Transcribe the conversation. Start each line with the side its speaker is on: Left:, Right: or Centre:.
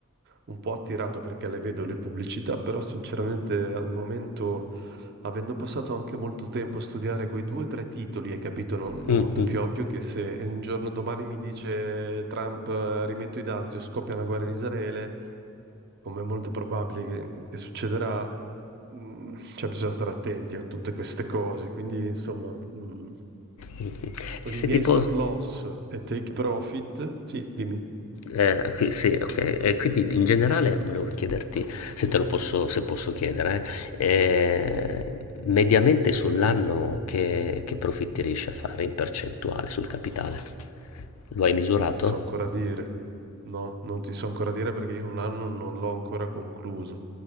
Right: un po' attirato perché le vedo le pubblicità, però sinceramente al momento, avendo passato anche molto tempo a studiare quei due o tre titoli, hai capito, non, non
Left: Mhm,
Right: molto più ovvio che se un giorno domani mi dice Trump eh, rimetto i dazi o scoppia una guerra in Israele, come è molto probabile che, che succederà, mh, cioè bisogna stare attenti a tutte queste cose. Quindi, insomma, mh,
Left: mhm.
Right: con
Left: E se
Right: i miei
Left: ti posso...
Right: stop loss e take profit, sì, dimmi.
Left: eh, qui- sì, ok. E quindi in generale volevo chiederti se te lo posso, se posso chiedere, eh, eh, mediamente sull'anno che, che profitti riesci a fare in percentuale sul
Right: Non,
Left: capitale? Lo hai misurato?
Right: non ti so ancora dire. No, non ti so ancora dire perché io un anno non l'ho ancora concluso.